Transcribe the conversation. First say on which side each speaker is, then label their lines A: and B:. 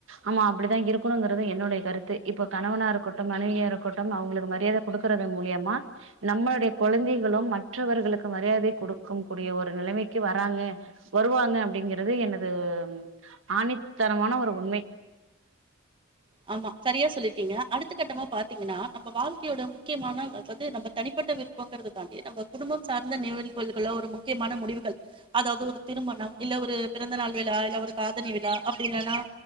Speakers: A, on the right (about 75°); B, on the right (about 25°).
A: ஆமா அப்படிதா இருக்கணுங்றது என்னுடைய கருத்து இப்ப கணவனா இருக்கட்டும் மனைவியா இருக்கட்டும் அவங்களுக்கு மரியாத குடுக்கறது மூலியமா நம்மளுடைய குழந்தைகளும் மற்றவர்களுக்கு மரியாதை கொடுக்க கூடிய ஒரு நிலைமைக்கு வராங்க வருவாங்க அப்படிங்கிறது எனது ஆணித்தனமான ஒரு உண்மை
B: ஆமா சரியா சொல்லிருக்கிங்க அடுத்த கட்டமா பாத்திங்கனா நம்ம வாழ்க்கையோட முக்கியமான அதது நம்ம தனிப்பட்ட விருப்பங்கறது தாண்டி நம்ம குடும்பம் சார்ந்த நிகழ்வுகளோ ஒரு முக்கியமான முடிவுகள் அதாவது ஒரு திருமணம் இல்ல ஒரு பிறந்தநாள் விழா இல்ல ஒரு காதணி விழா அப்டி இல்லனா